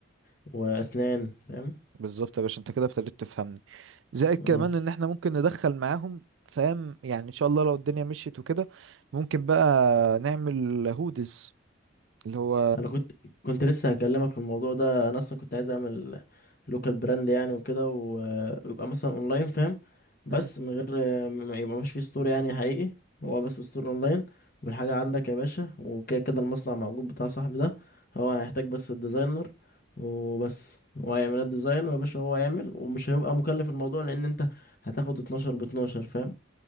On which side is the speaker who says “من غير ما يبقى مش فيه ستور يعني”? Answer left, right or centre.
Left